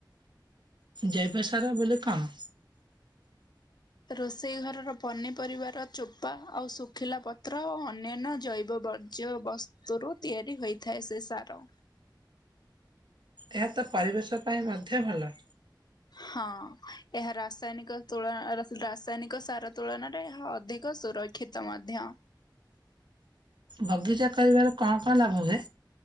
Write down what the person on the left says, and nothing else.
ରୋଷେଇ ଘରର ପନିପରିବାର ଚୋପା ଆଉ ଶୁଖିଲା ପତ୍ର ଓ ଅନ୍ୟାନ୍ୟ ଜୈବ ବର୍ଜ୍ୟ ବସ୍ତୁରୁ ତିଆରି ହୋଇଥାଏ ସେ ସାର
ହଁ ଏହା ରାସାୟନିକ ତୁଳ ରାସାୟନିକ ସାର ତୁଳନାରେ ଏହା ଅଧିକ ସୁରକ୍ଷିତ ମଧ୍ୟ